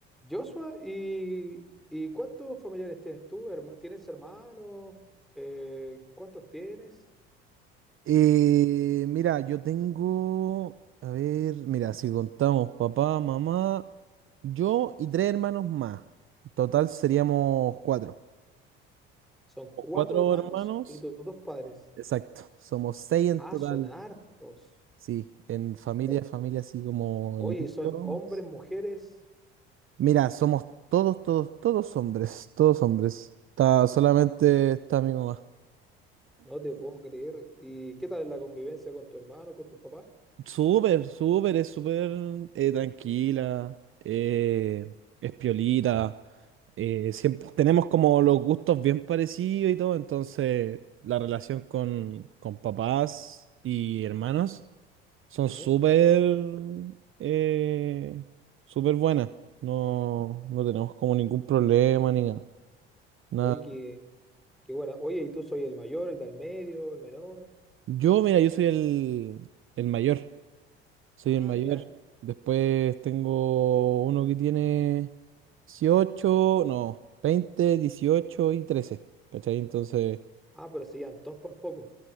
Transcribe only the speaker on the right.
Eh, mira, yo tengo, a ver, mira, si contamos papá, mamá, yo y tres hermanos más. En total seríamos cuatro.
Los
cuatro
hermanos.
Exacto, <laughs> somos seis en
total.
Sí, en familia,
familia así como
el núcleo,
¿no?
Mira, somos todos, todos, todos hombres, todos hombres. Está, solamente está mi mamá.
Súper, súper, es súper eh, tranquila, eh, es piolita. eh, siempre tenemos como los gustos bien parecidos y todo, entonces la relación con, con papás y hermanos son
súper eh, súper buenas. No, no tenemos como ningún problema ni nada. Nada.
Yo, mira, yo soy el, el mayor, soy
el mayor.
Después tengo uno que tiene 18 no, veinte 18 y trece ¿cachai? Entonces...